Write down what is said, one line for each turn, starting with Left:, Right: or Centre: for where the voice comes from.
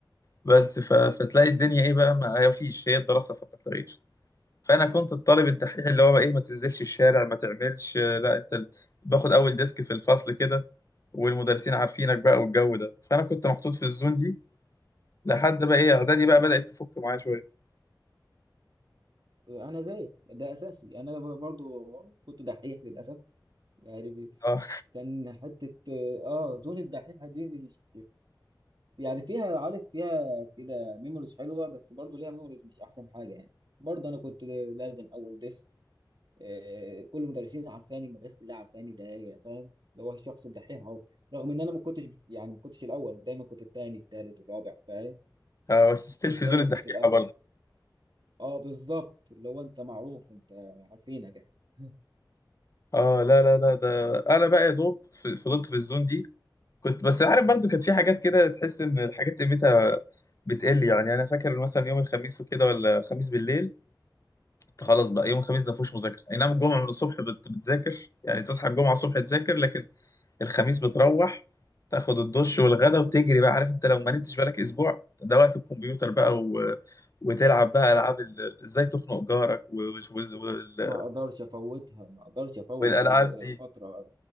Left: بس ف... فتلاقي الدنيا ايه بقى ما فيش هي الدراسه فقط لا غير فانا كنت الطالب الدحيح اللي هو ايه ما تنزلش الشارع ما تعملش لا انت ال- باخد اول ديسك في الفصل كده والمدرسين عارفينك بقى والجو ده فانا كنت محطوط في الزون دي لحد بقى ايه اعدادي بقى بدات تفك معايا شويه
Right: انا زيك ده اساسي انا برضو كنت دحيح للاسف يعني
Left: اه
Right: كان حتة اه زون الدحيحة دي مش يعني فيها عارف فيها كده ميموريز حلوة بس برضو ليها ميموريز مش أحسن حاجة يعني برضو أنا كنت لازم أول ديسك آه كل المدرسين عارفاني المدرسة كلها عارفاني ده يا فاهم اللي هو الشخص الدحيح أهو رغم إن أنا ما كنتش يعني ما كنتش الأول دايما كنت التاني التالت الرابع فاهم
Left: <laughs> آه، بس ستيل
Right: مش
Left: في
Right: دايما
Left: زون الدحيحه
Right: كنت الأول
Left: برضه
Right: اه بالظبط اللي هو أنت معروف أنت عارفينك يعني <laughs>
Left: اه لا لا لا ده انا بقى يا دوب في- فضلت في الزون دي كنت بس عارف برضو كانت في حاجات كده تحس ان الحاجات قيمتها بتقل يعني انا فاكر مثلا يوم الخميس وكده ولا خميس بالليل كنت خلاص بقى يوم الخميس ده مفيهوش مذاكره اي نعم الجمعه من الصبح بت- بتذاكر يعني تصحى الجمعه الصبح تذاكر لكن الخميس بتروح تاخد الدش والغدا وتجري بقى عارف انت لو ما نمتش بالك اسبوع ده وقت الكمبيوتر بقى و... وتلعب بقى العاب ال- ازاي تخنق جارك و... و... وال-
Right: ما اقدرش افوتها ما اقدرش افوت
Left: والالعاب
Right: الفتره
Left: دي